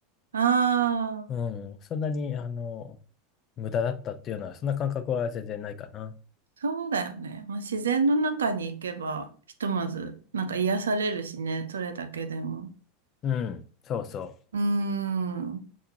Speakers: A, on the right; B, on the left.
A: ああ、
B: うん。そんなに、あの、無駄だったっていうのは、そんな感覚は全然ないかな。
A: そうだよね。まあ、自然の中に行けば、ひとまず、なんか癒されるしね、それだけでも。
B: うん。そうそ
A: うーん。